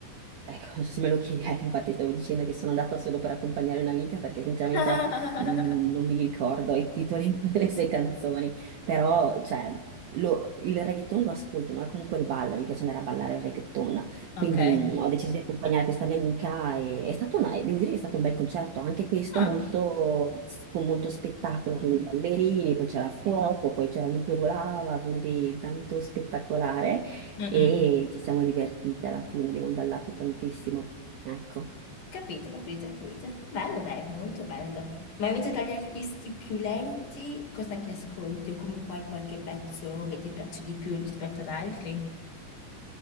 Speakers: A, on the right; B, on the left.
A: Ecco, se me lo chiedi, ecco, infatti stavo dicendo che sono andata solo per accompagnare un'amica perché sinceramente
B: <laughs>
A: mh, non mi ricordo i titoli <laughs> delle sue canzoni, però cioè, lo- il reggaeton lo ascolto, no? E comunque lo ballo, mi piace andare a ballare il reggaeton,
B: Ok.
A: quindi mh, ho deciso di accompagnare questa mia amica e è stato una- devo dire che è stato un bel concerto, anche questo
B: Ah.
A: molto, con molto spettacolo, con i ballerini, poi c'era fuoco, poi c'era lui che volava, quindi tanto spettacolare
B: mm-mm.
A: e ci siamo divertite alla fine, abbiamo ballato tantissimo. Ecco.
B: Capito, capito, capito. Bello, dai, molto bello. Ma invece tra gli artisti più lenti, cosa che ascolti? O comunque hai qualche pezzo che ti piace di più rispetto ad altri?